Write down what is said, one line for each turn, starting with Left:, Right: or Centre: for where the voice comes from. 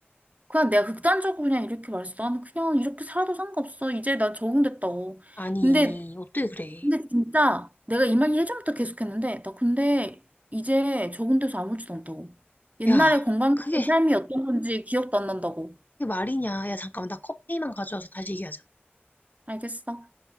Right: 그냥 내가 극단적으로 그냥 이렇게 말했어. 나는 그냥 이렇게 살아도 상관없어. 이제 나 적응됐다고.
Left: 아니,
Right: 근데,
Left: 어떻게 그래.
Right: 근데 진짜 내가 이 말 예전부터 계속했는데, 나 근데 이제 적응돼서 아무렇지도 않다고. 옛날에
Left: 야,
Right: 건강했던
Left: 그게,
Right: 삶이었던 건지 기억도 안 난다고.
Left: 그게 말이냐. 야, 잠깐만. 나 커피만 가져와서 다시 얘기하자.
Right: 알겠어.